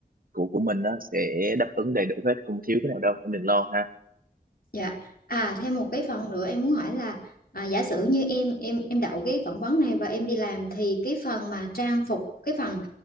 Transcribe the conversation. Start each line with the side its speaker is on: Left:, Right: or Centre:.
Right: của của mình đó sẽ đáp ứng đầy đủ hết không thiếu cái nào đâu em đừng lo ha
Left: Dạ. À thêm một cái phần nữa em muốn hỏi là à, giả sử như em em em đậu cái phỏng vấn này và em đi làm thì cái phần mà trang phục cái phần